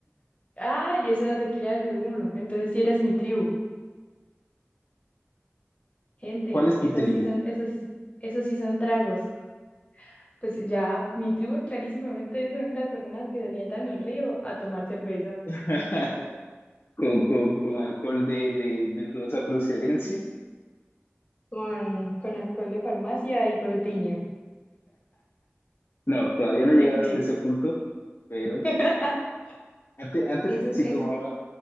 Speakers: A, on the left; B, on the left.
A: Ah, y ese era tequila del de uno. Entonces sí eres mi tribu. Gente,
B: ¿Cuál es tu
A: esas
B: tribu?
A: sí son, esos sí son, esos sí son tragos. Pues ya, mi tribu clarísimamente son las personas que se sientan en el río a tomar cerveza
B: <laughs> ¿Con, con, con alcohol de, de, de dudosa procedencia?
A: con, con alcohol de farmacia y frutiño.
B: No, todavía no
A: Gente,
B: he llegado hasta ese punto, pero
A: <laughs>
B: antes, antes
A: eso,
B: sí
A: eso.
B: tomaba